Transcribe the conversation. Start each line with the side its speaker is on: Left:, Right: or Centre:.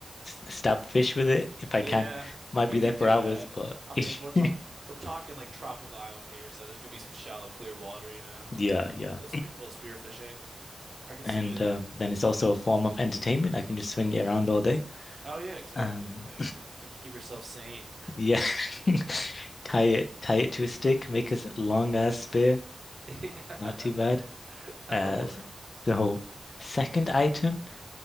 Left: s- stab fish with it if I
Right: Yeah,
Left: can. Might
Right: you
Left: be there
Right: could
Left: for
Right: do
Left: hours,
Right: that.
Left: but
Right: I mean,
Left: <laughs>
Right: we're talk we're talking like tropical island here, so there's gonna be some shallow clear water, you know.
Left: yeah, yeah.
Right: Little spe little spear fishing. I could
Left: And
Right: see it.
Left: uh, then it's also a form of entertainment. I can just swing it around all day.
Right: Oh yeah, exactly.
Left: Um,
Right: Yeah, keep keep, keep yourself sane. <laughs>
Left: Yeah. <laughs> Tie it, tie it to a stick, make a s- long ass spear.
Right: Yeah,
Left: Not too bad.
Right: <laughs> that'll
Left: Uh,
Right: work.
Left: so second item.